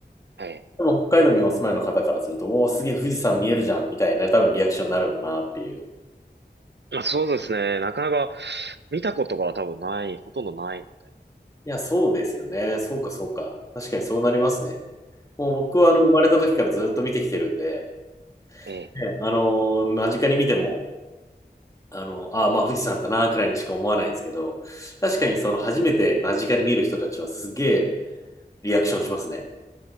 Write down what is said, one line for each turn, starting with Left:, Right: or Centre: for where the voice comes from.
Right: あ、はい。
Left: でも北海道にお住まいの方からすると、おお、すげえ富士山見えるじゃんみたいな多分リアクションになるのかなっていう。い
Right: まあそうですね。なかなか見たことが多分ない、ほとんどないので。
Left: や、そうですよね。そうか、そうか。確かにそうなりますね。もう僕はあの生まれた時からずっと見てきてるんで、
Right: ええ。
Left: ね、あのー間近に見ても、あのああー、まあ富士山だなくらいにしか思わないんですけど、確かにその初めて間近に見る人たちはすげえ
Right: う
Left: リアクションしますね。